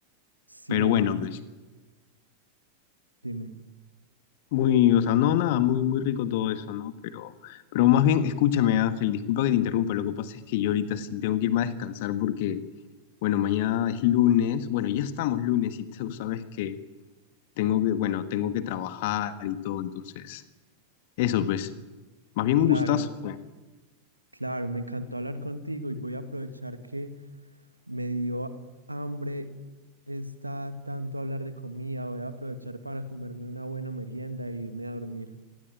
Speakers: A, on the right; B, on the left.
A: Sí,
B: pero bueno, pues
A: dime.
B: muy, o sea, no, nada, muy, muy rico todo eso, ¿no? Pero, pero más bien, escúchame Ángel, disculpa que te interrumpa, lo que pasa es que yo ahorita sí tengo que irme a descansar porque... Bueno, mañana es lunes. Bueno, ya estamos lunes y tú sabes que tengo que, bueno, tengo que trabajar y todo, entonces, eso pues. Más bien
A: Claro,
B: un gustazo fue.
A: claro, me encantó hablar contigo y voy a aprovechar que Me dio hambre, está tanto hablar de comida. Voy a aprovechar para comerme una buena merienda e irme a dormir.